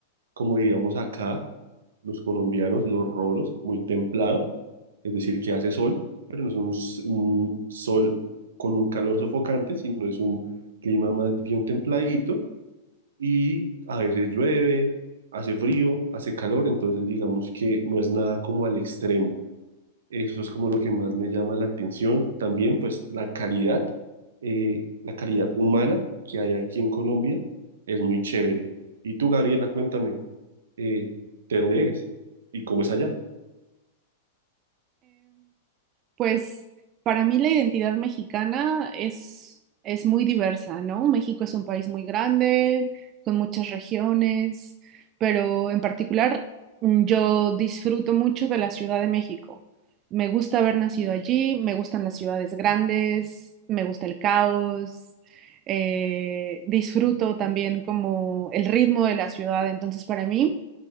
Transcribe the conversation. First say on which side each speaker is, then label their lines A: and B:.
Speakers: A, on the right; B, on the right.
A: como diríamos acá, los colombianos, los rolos, muy templado, es decir, que hace sol, pero no es un, s- un sol con un calor sofocante, sino es un clima más bien templadito y a veces llueve, hace frío, hace calor, entonces digamos que no es nada como al extremo. Eso es como lo que más me llama la atención. También pues la calidad, eh, la calidad humana que hay aquí en Colombia es muy chévere. Y tú, Gabriela, cuéntame eh, de dónde eres y cómo es allá.
B: Pues para mí la identidad mexicana es, es muy diversa, ¿no? México es un país muy grande, con muchas regiones, pero en particular mm, yo disfruto mucho de la Ciudad de México. Me gusta haber nacido allí, me gustan las ciudades grandes, me gusta el caos, eh, disfruto también como el ritmo de la ciudad, entonces para mí